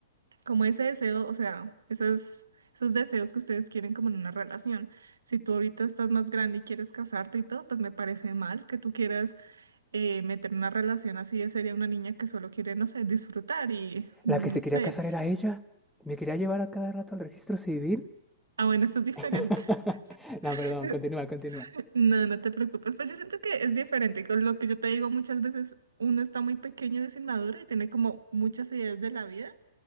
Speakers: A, on the right; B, in the centre.
A: como ese deseo, o sea, esas, esos deseos que ustedes quieren como en una relación. Si tú ahorita estás más grande y quieres casarte y todo, pues me parece mal que tú quieras eh, meter una relación así ya sería una niña que solo quiere, no sé, disfrutar y mm,
B: La que
A: no
B: se
A: sé.
B: quería casar era ella. Me quería llevar a cada rato al registro civil.
A: Ah, bueno, esto es diferente.
B: <laughs> no,
A: <laughs>
B: perdón, continúa, continúa.
A: No, no te preocupes. Pues yo siento que es diferente. Con lo que yo te digo muchas veces, uno está muy pequeño y es inmaduro y tiene como muchas ideas de la vida.